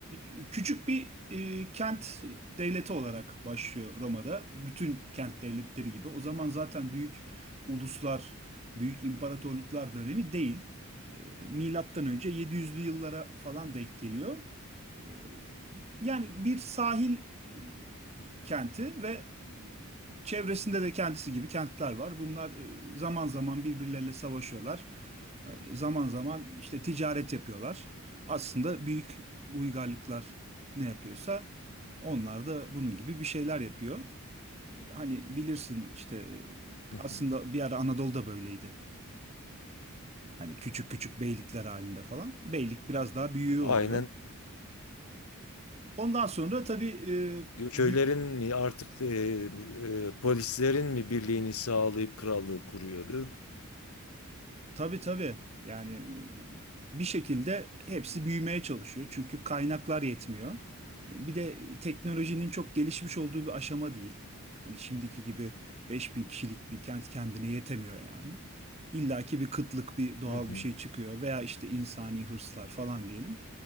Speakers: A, on the right (about 30°); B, on the left (about 90°).
A: e, küçük bir e, kent devleti olarak başlıyor Roma'da. Bütün kent devletleri gibi. O zaman zaten büyük uluslar, büyük imparatorluklar dönemi değil. E, milattan önce 700'lü yıllara falan denk geliyor. E, yani bir sahil e, kenti ve e, çevresinde de kendisi gibi kentler var. Bunlar e, zaman zaman birbirleriyle savaşıyorlar. E, Zaman zaman işte ticaret yapıyorlar. Aslında büyük uygarlıklar ne yapıyorsa onlar da bunun gibi bir şeyler yapıyor. E, Hani bilirsin işte e,
B: Hı
A: aslında
B: hı.
A: bir ara Anadolu'da böyleydi. Hani küçük küçük beylikler halinde falan. Beylik biraz daha büyüğü
B: Aynen.
A: oluyor. Ondan sonra tabii e,
B: Köylerin
A: bü-
B: mi artık e, e, polislerin mi birliğini sağlayıp krallığı kuruyordu?
A: Tabii tabii. Yani e, bir şekilde hepsi büyümeye çalışıyor. Çünkü kaynaklar yetmiyor. E, Bir de teknolojinin çok gelişmiş olduğu bir aşama değil. Hani şimdiki gibi 5000 kişilik bir kent kendine yetemiyor yani. İlla ki bir kıtlık, bir doğal
B: Hı hı.
A: bir şey çıkıyor veya işte insani hırslar falan diyelim.